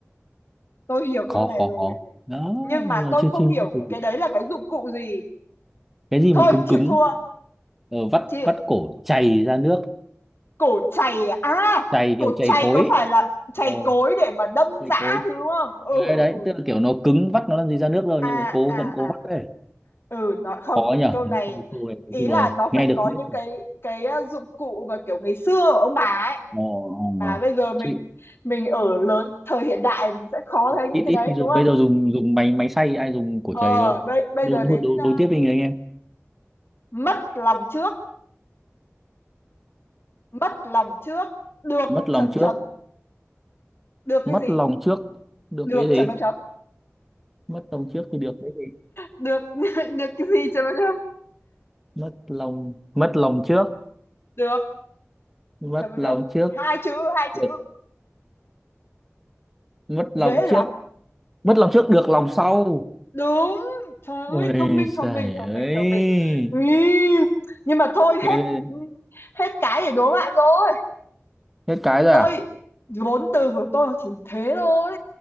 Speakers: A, on the left; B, in the centre.
A: tôi hiểu
B: khó
A: câu này
B: khó
A: rồi
B: khó đó
A: nhưng mà
B: nhưng mà
A: tôi
B: chưa
A: không
B: chưa nghĩ
A: hiểu
B: từ-
A: cái đấy là cái dụng cụ gì
B: cái gì
A: thôi
B: mà cứng
A: chịu
B: cứng
A: thua
B: ờ, vắt
A: chịu
B: vắt cổ chày ra nước
A: cổ chày à À,
B: chày
A: cổ
B: kiểu chày
A: chày
B: cối
A: có
B: ấy.
A: phải là chày
B: Ồ,
A: cối để mà đâm
B: cái
A: dã
B: cối
A: thứ đúng không ừ
B: đấy,
A: ừ
B: đấy
A: ừ
B: tức là kiểu nó cứng vắt nó làm gì ra nước rồi
A: à
B: nhưng mà cố
A: à
B: vẫn cố
A: à
B: vắt đấy
A: ừ nó không
B: khó nhở
A: câu này
B: mấy câu câu này nói
A: ý
B: chung
A: là
B: là
A: nó
B: nghe
A: phải
B: được
A: có
B: biết
A: những cái cái ờ, dụng cụ mà kiểu ngày xưa của ông bà ấy
B: ồ,
A: mà
B: ồ.
A: bây giờ mình
B: chịu
A: mình ở lớn thời hiện đại mình sẽ khó thấy những
B: ít
A: cái
B: ít
A: đấy
B: khi dùng
A: đúng không
B: bây giờ dùng dùng máy máy xay ai dùng cổ
A: ờ
B: chày đâu
A: bây bây
B: đối
A: giờ đến
B: đối đối,
A: ờ,
B: đối tiếp đi người anh em
A: mất lòng trước mất lòng trước được
B: mất lòng
A: chấm
B: trước
A: chấm được
B: mất
A: cái gì
B: lòng trước được
A: được
B: cái gì
A: chấm chấm chấm
B: mất lòng trước thì được cái gì
A: được <laughs> được cái gì chấm chấm chấm
B: mất lòng mất lòng trước
A: được
B: mất
A: chấm chấm
B: lòng
A: chấm
B: trước
A: hai chữ hai
B: được
A: chữ
B: mất
A: dễ
B: lòng
A: lắm
B: trước mất lòng trước được lòng sau
A: đúng trời ơi
B: ôi
A: thông minh
B: giời
A: thông minh thông
B: ơi
A: minh thông minh Ý, nhưng mà thôi hết
B: Thế- thế-
A: hết cái để đố bạn rồi
B: hết cái rồi
A: tôi
B: à
A: vốn từ của tôi chỉ thế thôi